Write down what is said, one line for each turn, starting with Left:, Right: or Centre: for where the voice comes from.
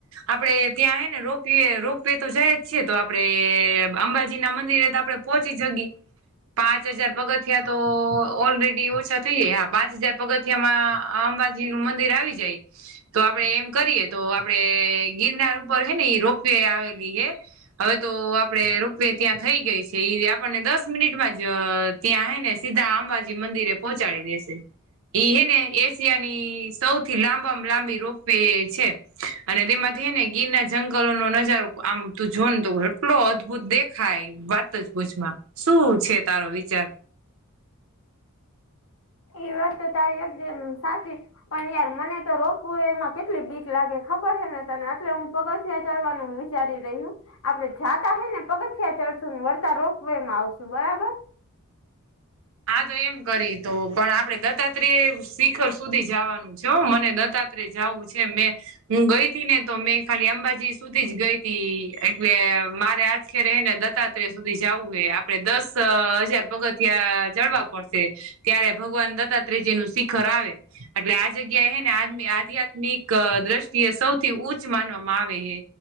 Right: આપડે ત્યાં હે ને રોપવે રોપ વે તો જાય જ છે એ તો આપડે અંબાજી ના મંદિરે તો આપડે પોહોચી જગી, પાંચ હજાર પગથિયા તો ઓલરેડી ઓછા થઈ જાય, હા પાંચ હજાર પગથિયામાં આંબાજીનું મંદિર આવી જાય. તો આપડે એમ કરીએ તો આપડે ગિરનાર ઉપર હે ને ઈ રોપ વે આવેલી હે. હવે તો આપણે રોપ વે ત્યાં થઈ ગઈ છે ઈ આપણને દસ મિનિટમાં જ ત્યાં હે ને સીધા આંબાજી મંદિરે પહોંચાડી દેશે. ઈ હે ને એશિયાની સૌથી લાંબામાં લાંબી રોપ વે છે. અને તેમાંથી હે ને ગિરનાર જંગલોનો નજારો આમ તું જો ને તો એટલો અદ્દભુત દેખ ખાય વાત જ પૂછ મા, શું છે તારો વિચાર?
Left: એ વાત તો તારી એકદમ સાચી. પણ યાર મને તો રોપ વે માં કેટલી બીક લાગે ખબર હે ને તને એટલે હું પગથિયા ચાલવાનું વી વિચારી રહી હુ, આપણે જાતા હે ને પગથિયા ચડશું વળતા રોપ વેમા આવશું બરાબર
Right: હા તો એમ કરીએ તો પણ આપણે દત્તાત્ર્રીય શિખર સુધી જાવાનું જો મને દત્તાત્રેય જાવું છે મેં હું ગઈ તી ને તો મેં ખાલી અંબાજી સુધી જ ગઈ તી એટલે મારે આજ આખેરે હે ને દત્તાત્રેય સુધી જાવુ હે આપણે દસ હજાર પગથિયા ચડવા પડશે ત્યારે ભગવાન દત્તાત્રેજીનું શિખર આવે. એટલે આ જગ્યા હે ને આદમી આધ્યાત્ મિક દ્રષ્ટિએ સૌથી ઉચ્ચ માનવામાં આવે હે.